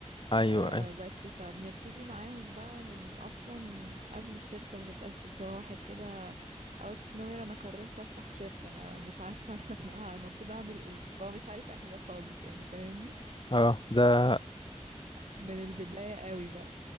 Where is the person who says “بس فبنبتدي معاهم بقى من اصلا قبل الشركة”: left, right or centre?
Right